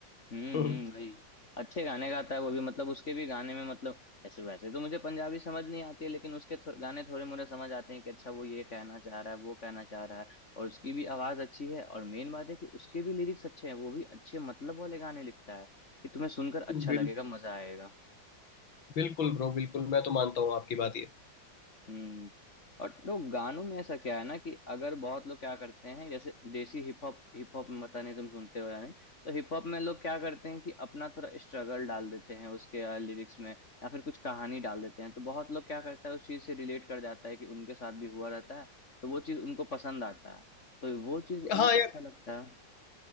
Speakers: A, on the left; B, on the left.
A: हम्म
B: <laughs>
A: हम्म, वही अच्छे गाने गाता है वो भी मतलब उसके भी गाने में मतलब ऐसे वैसे तो मुझे पंजाबी समझ नहीं आती है लेकिन उसके थो, गाने थोड़े मोरे समझ आते हैं कि अच्छा वो ये कहना चाह रहा है वो कहना चाह रहा है और उसकी भी आवाज अच्छी है और मेन बात है कि उसके भी लिरिक्स अच्छे हैं वो भी अच्छे मतलब वाले गाने लिखता है कि तुम्हें सुनकर अच्छा
B: बिल,
A: लगेगा मजा आएगा
B: बिल्कुल ब्रो बिल्कुल मैं तो मानता हूँ आपकी बात ये
A: हम्म और तो गानों में ऐसा क्या है ना कि अगर बहुत लोग क्या करते हैं जैसे desi hip hop hip hop पता नहीं तुम सुनते हो या नहीं तो हिप हॉप में लोग क्या करते हैं कि अपना थोड़ा स्ट्रगल डाल देते हैं उसके लिरिक्स में या फिर कुछ कहानी डाल देते हैं तो बहुत लोग क्या करता है उस चीज से रिलेट कर जाता है कि उनके साथ भी हुआ रहता है तो वो चीज उनको पसंद आता है तो वो चीज उन्हें
B: हाँ
A: अच्छा
B: यार
A: लगता है